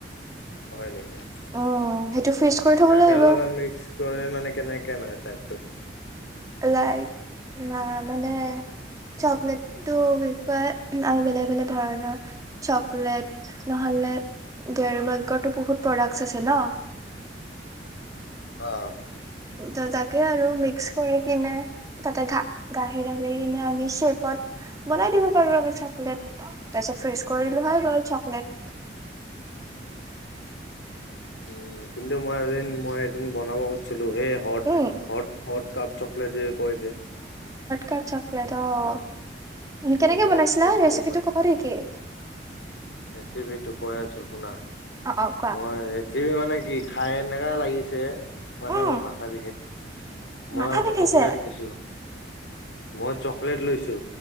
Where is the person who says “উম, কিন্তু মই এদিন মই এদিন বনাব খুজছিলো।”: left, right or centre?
Left